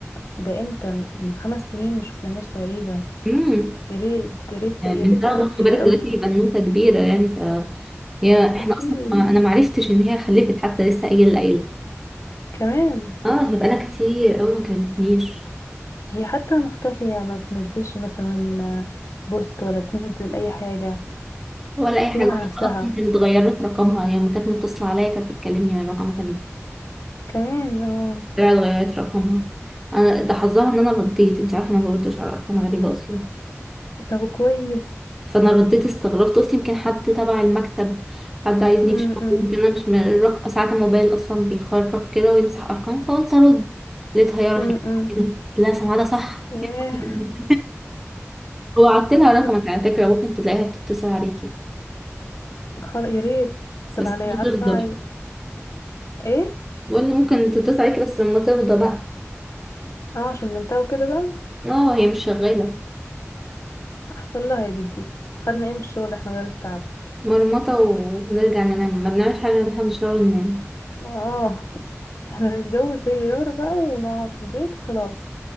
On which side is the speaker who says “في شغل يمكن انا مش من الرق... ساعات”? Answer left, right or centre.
Centre